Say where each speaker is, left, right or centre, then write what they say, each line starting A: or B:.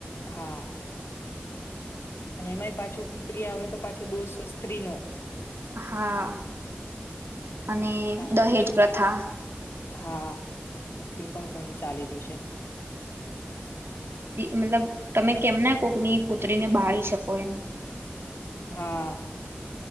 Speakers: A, on the left (about 85°); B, on the right (about 80°).
A: હા, અને એમાંય પાછો પુત્રી આવે તો પાછો દોસ્ સ્ત્રીનો
B: હા. અને
A: તારા
B: દહેજ
A: કારણે
B: પ્રથા,
A: પુત્રી હા એ પણ ઘણું ચાલી રહયું છે.
B: મતલબ તમે કેમના કોકની પુત્રીને બાળી શકો એમ.
A: હા.